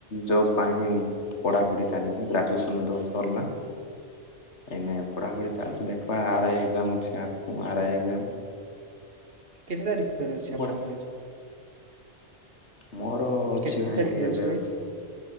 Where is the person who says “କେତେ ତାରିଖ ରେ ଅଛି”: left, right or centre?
Right